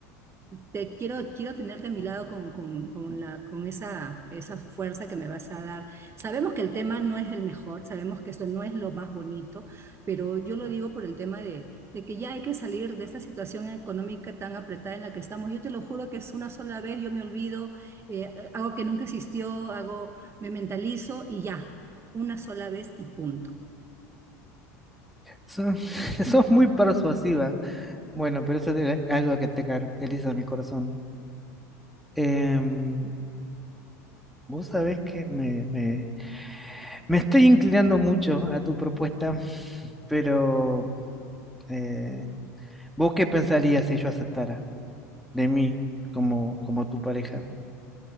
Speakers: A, on the right; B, in the centre.
A: te quiero, quiero tenerte a mi lado con, con, con la, con esa, esa fuerza que me vas a dar. Sabemos que el tema no es el mejor, sabemos que esto no es lo más bonito, pero yo lo digo por el tema de, de que ya hay que salir de esta situación económica tan apretada en la que estamos. Yo te lo juro que es una sola vez, yo me olvido, eh, hago que nunca existió, hago, me mentalizo y ya, una sola vez y punto.
B: Son- <laughs> Sos muy persuasiva. Bueno, pero eso es algo que te caracteriza, mi corazón. Em, Vos sabés que me, me- me estoy inclinando mucho a tu propuesta, pero eh, ¿vos qué pensarías si yo aceptara de mí como, como tu pareja?